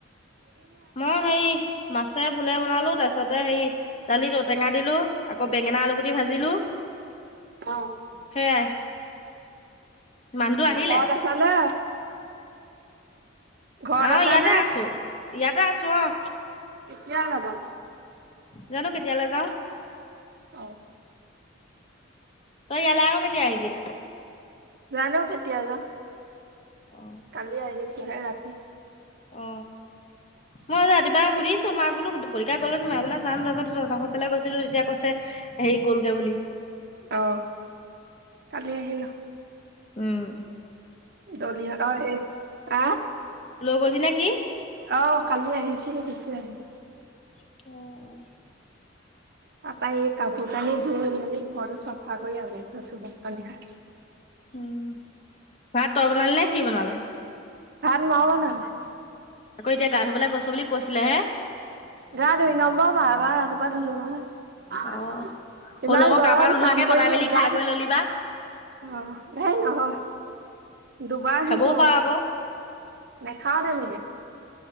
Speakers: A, on the left (about 30°); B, on the right (about 50°).
A: মই হেই মাছে ভোলে বনালো তাৰ পিছত ত হেৰি দালিত ঔটেঙা দিলো, আকৌ বেঙেনা আলুগুটি ভাজিলো।
B: অ',
A: সেয়াই মানুহটো আহিলে।
B: ঘৰত আছা নে? ঘৰত
A: আহ
B: আছা
A: ইয়াতে
B: নে?
A: আছো ইয়াতে আছো আহ
B: কেতিয়া যাবা?
A: জানো কেতিয়ালৈ যাওঁ
B: অ
A: তই ইয়ালে আকৌ কেতিয়া আহিবি।
B: নাজানো কেতিয়া যাওঁ।
A: অ
B: কালি আহিছোহে ৰাতিত।
A: অ মই যে ৰাতি পুৱা কিবা সুধিছো মাক বোলো <unintelligible> গ'লে নে মা বোলোন তাছতৰ ফালে গৈছিলো তেতিয়া কৈছে হে গলগৈ <unintelligible> তলি
B: আহ কালি আহিলো।
A: উম।
B: দলিহ অ সেই হ
A: লৈ গ'লহি নে কি
B: আহ। কালি আহিছে গোচি আহিলি
A: অ'
B: তাৰপৰা এই কাপোৰ কানি ধই মেলি ঘৰ চফা কৰি আজৰি হৈ চো ভাত পানী খাই।
A: উম, ভাত তই বনালি নে সি বনালে।
B: ভাত মই বনালো।
A: আকৌ এতিয়া গা ধুবলৈ গৈছ বুলি কৈছিলে হে।
B: গা ধুই নম ব ভ বা ৰাতিপুৱা ধুললো নহয়।
A: অ মোৰ
B: ইমান
A: লগৰ
B: গৰম
A: গা পা নোধোৱাকে
B: কাম
A: বনাই
B: কৰি
A: মেলি খাই
B: গা অ'
A: বৈ ললি বা
B: এই নহয় অ' দুবাৰ
A: খাবও
B: দিছো
A: পাৰ
B: মোক
A: আকৌ
B: নেখাওতে মকে